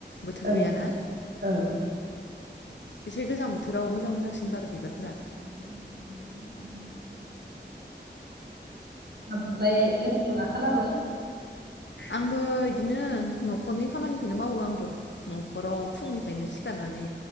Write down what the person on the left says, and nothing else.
बोथोर
गैयाना
एसे गोजां बोथोराव मोजां मोजांसिन
बारो बिबारफोरा
आंबो बिदिनो न'खरनि खामानिखौनो मावो आंबो न'खराव फुंनिफ्रायनो सिखारनानै